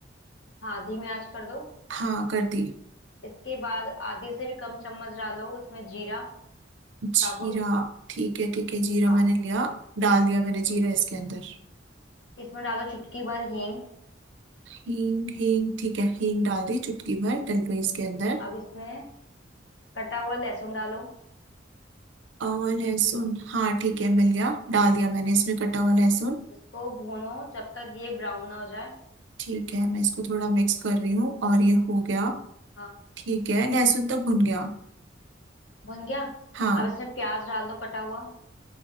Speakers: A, on the left; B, on the right.
A: हाँ धीमी आंच कर दो
B: हाँ कर दी
A: इसके बाद आधे से भी कम चम्मच डालो इसमें जीरा
B: जीरा
A: साबुत
B: ठीक है ठीक है जीरा
A: हाँ
B: मैंने लिया डाल दिया मैंने जीरा इसके अंदर
A: इसमें डालो चुटकी भर हींग
B: हींग हींग ठीक है हींग डाल दी चुटकी भर डल गई इसके अंदर
A: अब इसमें कटा हुआ लहसुन डालो
B: और लहसुन हाँ ठीक है मिल गया डाल दिया मैंने इसमें कटा हुआ लहसुन
A: इसको भूनो जब तक ये ब्राउन ना हो जाए
B: ठीक है मैं इसको थोड़ा मिक्स कर रही हूँ और ये हो गया
A: हाँ
B: ठीक है लहसुन तो भुन गया
A: भुन गया
B: हाँ
A: अब इसमें प्याज डाल दो कटा हुआ